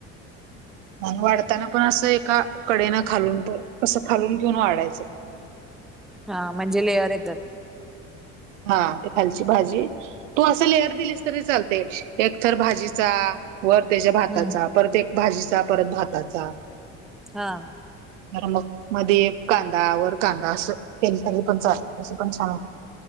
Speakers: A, on the right; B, in the centre.
A: मंग वाढताना पण असं एका, कडेन खालून प असं खालून, घेऊन वाढायचं.
B: हां, म्हणजे लेयर येत्यात.
A: हा ते खालची भाजी, तू असं लेअर दिलीस तरी, चालते. एक थर भाजी चा, वर त्याच्या भाताचा,
B: हम्म
A: परत एक भाजीचा, परत भाताचा.
B: हा.
A: नमक मध्य कांदा वर कांदा अस, त्यांच्या पण चालत, तसं पण छान होतं.